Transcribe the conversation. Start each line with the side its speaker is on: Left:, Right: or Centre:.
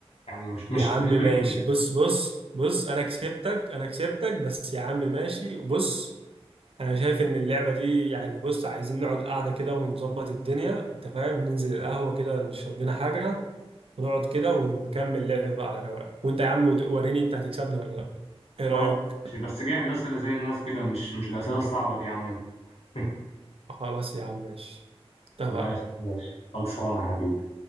Left: يعني مش مش
Right: يا عم
Left: مش
Right: ماشي
Left: اكل
Right: بص بص بص انا كسبتك انا كسبتك بس يا عم ماشي بص انا شايف ان اللعبه دي يعني بص عايزين نقعد قاعده كده ونظبط الدنيا انت فاهم ننزل القهوه كده نشرب لنا حاجه ونقعد كده ونكمل لعب بقى على رواق وانت يا عم وريني انت هتكسبني ولا لا ايه رايك
Left: خلاص ماشي، بس جاهز أسئلة زي الناس كده مش مش الأسئلة الصعبة دي يا عم انت <laughs>
Right: خلاص يا عم ماشي اتفقنا
Left: ماشي ماشي خلصانة يا حبيبي